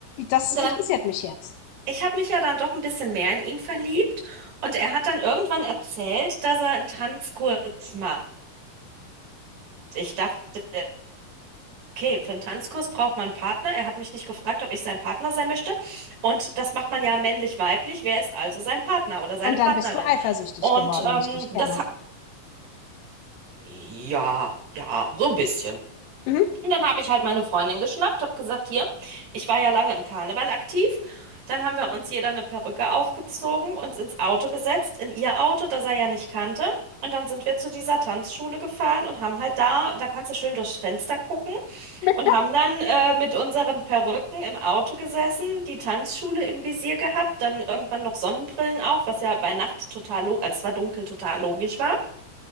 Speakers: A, on the left; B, on the right.
A: Das
B: Denn
A: interessiert mich jetzt.
B: ich habe mich ja dann doch ein bisschen mehr in ihn verliebt und er hat dann irgendwann erzählt, dass er einen Tanzkurs macht. ich dachte, okay, für einen Tanzkurs braucht man einen Partner. Er hat mich nicht gefragt, ob ich sein Partner sein möchte. Und das macht man ja männlich-weiblich. Wer ist also sein Partner oder seine
A: Und
B: Partnerin?
A: dann bist du eifersüchtig
B: Und
A: geworden,
B: ähm,
A: wie ich dich
B: das,
A: kenne.
B: ha- ja, ja, so ein bisschen.
A: Mhm.
B: Und dann habe ich halt meine Freundin geschnappt, habe gesagt, hier, ich war ja lange im Karneval aktiv. Dann haben wir uns jeder eine Perücke aufgezogen, uns ins Auto gesetzt, in ihr Auto, das er ja nicht kannte. Und dann sind wir zu dieser Tanzschule gefahren und haben halt da, da kannst du schön durchs Fenster gucken
A: Mit
B: und haben dann äh, mit unseren Perücken im Auto gesessen, die Tanzschule im Visier gehabt, dann irgendwann noch Sonnenbrillen auf, was ja bei Nacht total, lo- als es war dunkel, total logisch war.